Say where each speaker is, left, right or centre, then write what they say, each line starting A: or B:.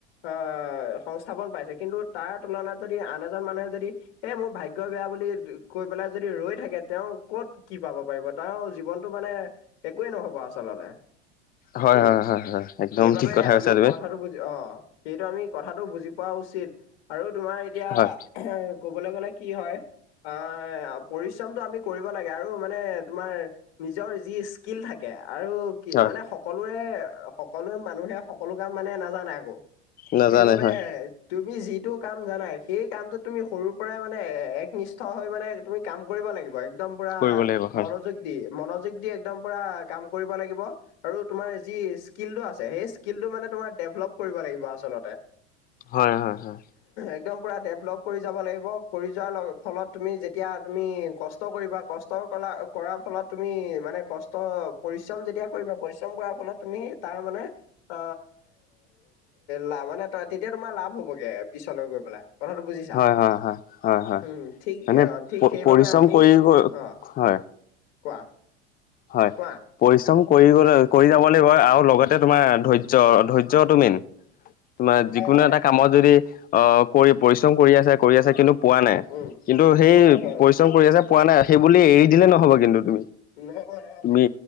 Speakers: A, on the left; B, on the left.
A: অ সংস্থাপন পাইছে কিন্তু তাৰ তুলনাত যদি আন এজন মানুহে যদি এ মোৰ ভাগ্যই বেয়া বুলি কৈ পেলাই যদি ৰৈ থাকে, তেওঁ ক'ত কি পাব পাৰিব তাৰ জীৱনটো মানে একোৱে নহব আচলতে
B: হয়
A: উম,
B: -হয়, হয়- হয়। একদম
A: সেইবাবে
B: ঠিক কথা কৈছা
A: আমি
B: তুমি
A: কথাটো বুজি অ, সেইটো আমি কথাটো বুজি পোৱা উচিত। আৰু তোমাৰ এতিয়া
B: হয়
A: এ, ক'বলৈ গলে কি হয় অ পৰিশ্ৰমটো আমি কৰিব লাগে। আৰু মানে তোমাৰ নিজৰ যি স্কিল থাকে, আৰু কি
B: হয়
A: মানে সকলোৱে, সকলোৱে মানুহে সকলো কাম মানে নাজানে আকৌ।
B: নাজানে
A: সেইবাবে
B: হয়
A: তুমি যিটো কাম জানা সেই কামটো তুমি সৰু পৰাই মানে একনিষ্ঠ হৈ মানে তুমি কাম কৰিব লাগিব এক্দম পুৰা
B: কৰিব লাগিব হয়
A: মনত দি মনযোগ একদম দি পুৰা কাম কৰিব লাগিব আৰু তোমাৰ যি স্কিলটো আছে সেই স্কিলটো মানে তোমাৰ ডেভলপ কৰিব লাগিব আচলতে।
B: হয় হয় হয়
A: একদম পুৰা ডেভলপ কৰি যাব লাগিব। কৰি যোৱাৰ ফলত তুমি যেতিয়া তুমি কষ্ট কৰিবা, কষ্ট কৰা কৰাৰ ফলত তুমি মানে কষ্ট অ পৰিশ্ৰম যেতিয়া কৰিবা, পৰিশ্ৰম কৰাৰ ফলত তুমি তাৰ মানে অ, লা মানে তেতিয়া তোমাৰ লাভ হবগে পিছলৈ গৈ পেলাই। কথাটো বুজিছা
B: হয় -হয় -হয়, হয়-হয়
A: উম ঠিক
B: মানে
A: অ ঠিক সেইবাবে
B: পৰিশ্ৰম
A: আমি
B: কৰি গৈ
A: অ
B: হয়।
A: কোৱা।
B: হয়।
A: কোৱা
B: পৰিশ্ৰম কৰিলে কৰি যাব লাগিব আৰু লগতে তোমাৰ ধৈৰ্য, ধৈৰ্য্য তু মেইন। তোমাৰ
A: হয়
B: যিকোনো
A: হয়
B: এটা কামত যদি অহ কৰি পৰিশ্ৰম কৰি আছে কৰি আছে কিন্তু পোৱা নাই,
A: উম
B: কিন্তু সেই
A: হয় হয়
B: পৰিশ্ৰম কৰি আছে পোৱা নাই সেইবুলি এৰি দিলে নহ'ব কিন্তু তুমি
A: নহব। নহব
B: তুমি,